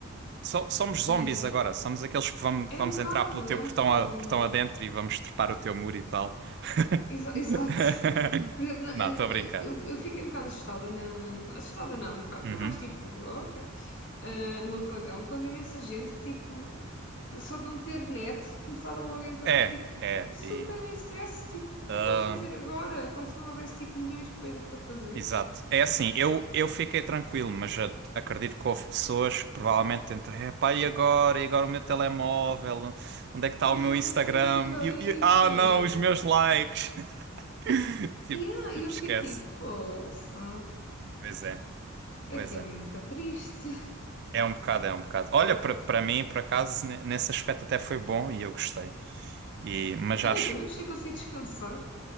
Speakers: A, on the right; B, on the left.
A: So- somos
B: E
A: zombies agora, somos aqueles que vamos,
B: é
A: vamos
B: um bocado,
A: entrar pelo teu
B: é um
A: portão,
B: bocado.
A: a, portão adentro e vamos trepar o teu muro e tal.
B: Exa- exato.
A: <laughs>
B: Por exemplo, na-
A: Não,
B: na-
A: estou a brincar.
B: eu, eu fiquei um bocado assustada na. Assustada não, um bocado.
A: Uhum.
B: Foi mais tipo, "Oh, ok. Ah, no apagão, que houve imensa gente que, tipo, só de não ter net, começaram logo a entrar,
A: É,
B: tipo,
A: é,
B: super
A: e.
B: em stress, tipo, o
A: ah,
B: que é que eu vou fazer agora? Como se não houvesse, tipo, milhões de coisas para fazer.
A: exato. É assim, eu, eu fiquei tranquilo, mas a- acredito que houve pessoas que provavelmente tentam, é pá, e agora? E agora o meu telemóvel? Onde é que está o meu
B: Ah, não
A: Instagram?
B: consigo ir ao
A: E,
B: Insta,
A: e- ah, não,
B: yeah.
A: os meus likes. <laughs> Tipo,
B: Yeah,
A: tipo,
B: E ah, eu
A: esquece.
B: fico tipo, poça,
A: Pois é,
B: é
A: pois
B: que
A: é.
B: é muito triste. <laughs>
A: É um bocado, é um bocado. Olha, para para mim, por acaso, ne- nesse aspecto até foi bom e eu gostei. E, mas
B: Ah,
A: acho,
B: eu também gostei de conseguir descansar.